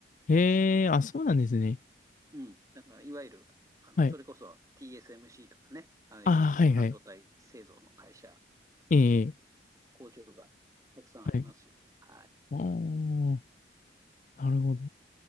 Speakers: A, on the left (about 45°); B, on the right (about 15°).
A: ええあ、
B: あの、
A: そうなんですね。
B: うん。だからいわゆる、あの、
A: はい。
B: それこそ TSMC とかね、ああいう半導体製造の会社、
A: ああ、はいはい。ええ
B: 工場がたくさんありますよ。
A: はい。
B: はい。
A: ああ、なるほど。